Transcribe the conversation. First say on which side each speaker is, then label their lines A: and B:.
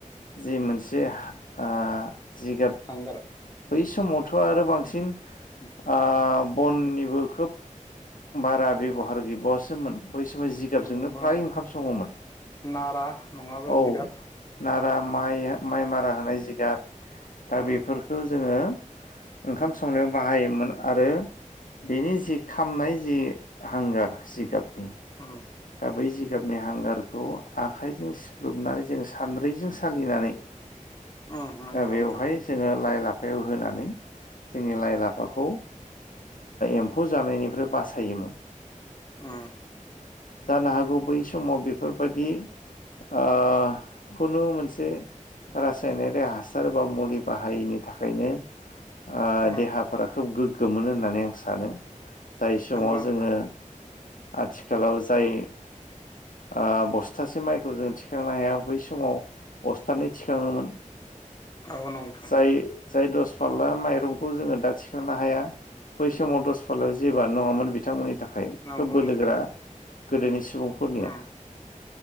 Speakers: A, on the left; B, on the left.
A: जि मोनसे ओ जिगाब
B: हांगार
A: बै समावथ' आरो बांसिन
B: उम
A: ओ बननिबो खोब बारा बेब'हार गैबावासोमोन। बै समाव जिगाबजोंनो
B: नंगौ
A: फ्राय
B: नोंथां
A: ओंखाम सङोमोन
B: नारा नङाबा
A: औ।
B: जिगाब
A: नारा माइ माइ मारा होनाय जिगाब दा
B: उम
A: बेफोरखौ जोङो ओंखाम संनायाव बाहायोमोन आरो बेनि जि खामनाय जि हांगार जिगाबनि
B: उम
A: दा बै जिगाबनि हांगारखौ आखाइजों सिबथुमनानै जोङो सानद्रिजों सालिनानै
B: उम नंगौ
A: बेवहाय
B: नोंथां
A: जोङो लाइ लाफायाव होनानै जोंनि लाइ लाफाखौ एम्फौ जानायनिफ्राय बासायोमोन।
B: उम
A: जानो हागौ बै समाव बेफोरबायदि ओ खुनु मोनसे रासायनारि हासार बा मुलि बाहायैनि थाखायनो ओ
B: उम
A: देहाफोरा खोब गोग्गो मोनो होननानै आं सानो जाय समाव
B: नंगौ नोंथां
A: जोङो आथिखालाव जाय ओ बस्थासे माइखौ जों थिखांनो हाया बै समाव बस्थानै थिखाङोमोन
B: औ नोंथां
A: जाय जाय दस फारला माइरंखौ जोङो दा थिखांनो हाया बै समाव दस फारल्लाया जेबोआनो नङामोन बिथांमोननि थाखाय
B: नंगौ
A: खोब बोलोगोरा।
B: नोंथां
A: गोदोनि सुबुंफोरनिया
B: उम